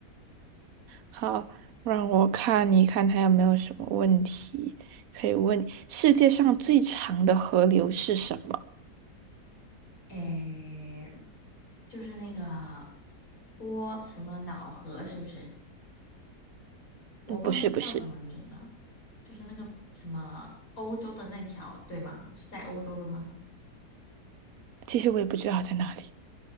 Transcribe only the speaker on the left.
诶，就是那个波什么脑河，是不是？我忘记叫什么名了，
就是那个什么欧洲的那条，对吗？是在欧洲的吗？